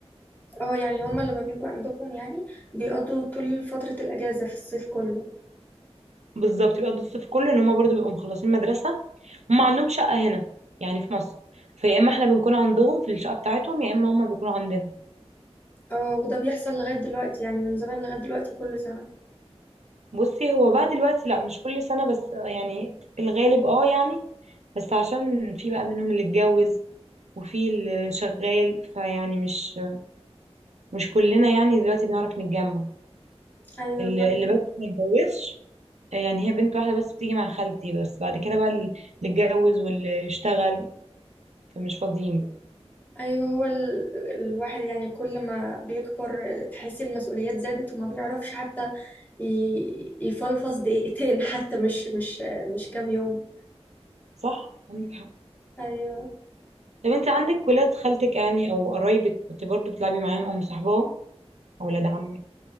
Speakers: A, on the left (about 15°); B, on the right (about 85°).
A: اه يعني هما لما بيبقوا عندكم يعني بيقضوا طول فترة الاجازة في الصيف كله
B: بالظبط بيقضوا الصيف كله ان هم برضه بيبقوا مخلصين مدرسة هم عندهم شقة هنا يعني في مصر فيا اما احنا بنكون عندهم في الشقة بتاعتهم يا اما هم بيكونوا عندنا
A: اه وده بيحصل لغاية دلوقتي يعني من زمان لغاية دلوقتي كل سنة
B: بصي هو بقى دلوقتي لا مش كل سنة بس يعني الغالب اه يعني بس عشان في بقى منهم اللي اتجوز وفي اللي شغال فيعني مش مش كلنا يعني دلوقتي بنعرف نتجمع
A: أيوة
B: اللي,
A: فعلا
B: اللي بس ما اتجوزش يعني هي بنت واحدة بس بتيجي مع خالتي بس بعد كده بقى اللي اتجوز واللي اشتغل فمش فاضيين بقى
A: أيوة هو ال... الواحد يعني كل ما بيكبر تحسي المسؤوليات زادت وما بيعرفش حتى ي... يفلفص دقيقتين <laughs> حتى مش مش مش كام يوم
B: صح عندك حق
A: أيوة
B: طب انت عندك ولاد خالتك يعني او قرايبك كنت برضو بتلعبي معاهم او مصاحباهم او ولاد عمك